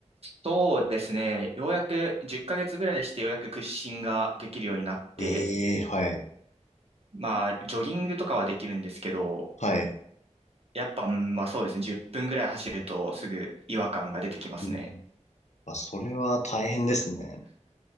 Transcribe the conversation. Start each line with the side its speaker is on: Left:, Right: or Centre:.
Right: そうですね、ようやく10ヶ月ぐらいしてようやく屈伸ができるようになって、
Left: ええはい、
Right: まあ、ジョギングとかはできるんですけど、
Left: はい。
Right: やっぱ、うんまあそうですね、10分ぐらい走るとすぐ違和感が出てきますね。
Left: うん。あ、それは大変ですね。